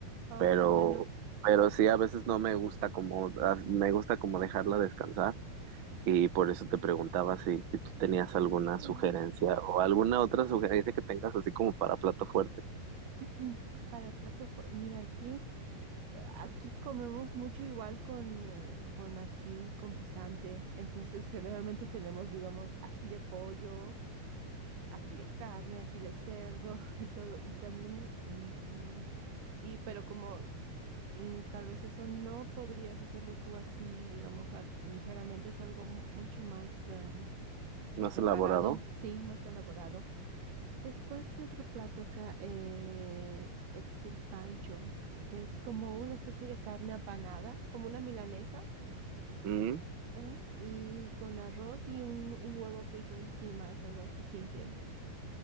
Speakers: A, on the right; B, on the right.
A: Oh,
B: pero,
A: qué bueno.
B: pero sí a veces no me gusta como, a- me gusta como dejarla descansar y por eso te preguntaba si, si tú tenías alguna
A: Mm,
B: sugerencia o alguna otra sugerencia que tengas así como para plato fuerte.
A: mm. Para el plato fue, mira, aquí, eh, aquí comemos mucho igual con, eh, con ají, con picante. Entonces, generalmente tenemos, digamos, ají de pollo, ají de carne, ají de cerdo <laughs> y todo. Y también, mm, y, pero como mm, tal vez eso no podrías hacerlo tú así, digamos, al- ligeramente, es algo mu- mucho más em,
B: ¿No has
A: preparado,
B: elaborado?
A: sí, más elaborado. Después, ¿qué otro plato acá? Eh, el silpancho, que es como una especie de carne apanada, como una milanesa,
B: Mm,
A: ¿eh? Y con arroz y un, un huevo frito encima, es algo así simple.